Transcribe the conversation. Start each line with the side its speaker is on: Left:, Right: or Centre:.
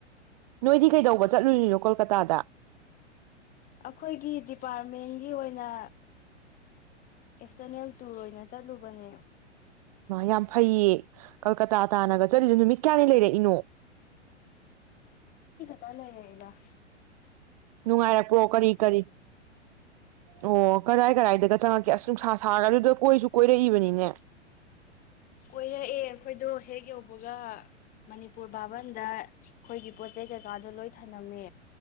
Right: ꯅꯣꯏꯗꯤ ꯀꯩꯗꯧꯕ ꯆꯠꯂꯨꯔꯤꯅꯣ ꯀꯣꯜꯀꯇꯥꯗ
Left: ꯑꯩꯈꯣꯏꯒꯤ ꯗꯤꯄꯥꯔꯠꯃꯦꯟꯒꯤ ꯑꯣꯏꯅ ꯑꯦꯛꯁꯇꯔꯅꯦꯜ ꯇꯨꯔ ꯑꯣꯏꯅ ꯆꯠꯂꯨꯕꯅꯦ
Right: ꯌꯥꯝ ꯐꯩꯌꯦ ꯀꯜꯀꯇꯥ ꯇꯥꯅꯒ ꯆꯠꯂꯤꯗꯨ ꯅꯨꯃꯤꯠ ꯀꯌꯥꯅꯤ ꯂꯩꯔꯛꯏꯅꯣ
Left: ꯇꯅꯦꯅꯦꯗ
Right: ꯅꯨꯡꯉꯥꯏꯔꯛꯄꯣ ꯀꯔꯤ ꯀꯔꯤ ꯑꯣ ꯀꯔꯥꯏ ꯀꯔꯏꯗꯒ ꯆꯪꯉꯛꯀꯦ ꯑꯁ ꯅꯨꯡꯁꯥ ꯁꯥꯔ ꯑꯗꯨꯗ ꯀꯣꯏꯁꯨ ꯀꯣꯏꯔꯛꯏꯕꯅꯤꯅꯦ
Left: ꯀꯣꯏꯔꯛꯑꯦ ꯑꯩꯈꯣꯏꯗꯣ ꯍꯦꯛ ꯌꯧꯕꯒꯅꯤ ꯄꯨꯔꯕꯥꯕꯟꯗ ꯑꯩꯈꯣꯏꯒꯤ ꯄꯣꯠ ꯆꯩ ꯀꯩꯀꯥꯗꯣ ꯂꯣꯏ ꯊꯝꯂꯝꯝꯃꯦ